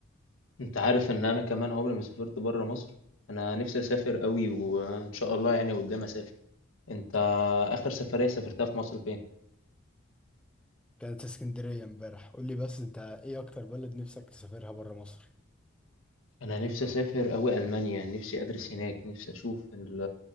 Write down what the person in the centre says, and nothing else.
ط-
كانت اسكندرية امبارح قول لي بس انت ايه اكتر بلد نفسك تسافرها بره مصر